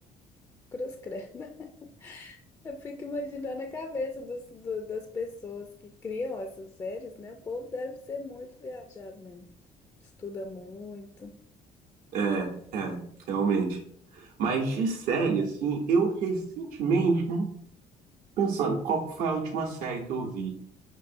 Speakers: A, on the left; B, on the right.
A: Cruz credo. <laughs> Eu fico imaginando a cabeça dos, do- das pessoas que criam essas séries, né? O povo deve ser muito viajado mesmo. Estuda muito.
B: É, é, realmente. Mas de série, assim, eu recentemente, né, pensando, qual que foi a última série que eu vi?